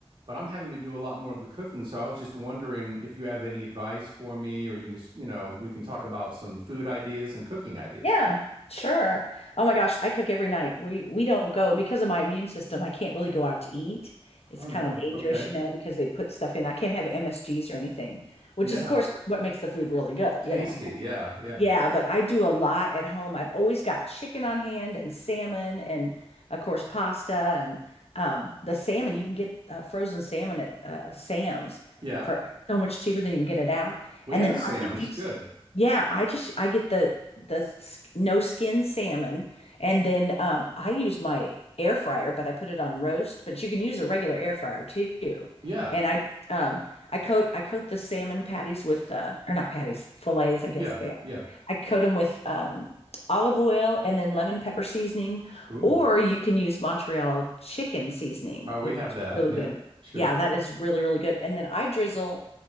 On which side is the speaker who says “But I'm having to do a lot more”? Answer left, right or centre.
Right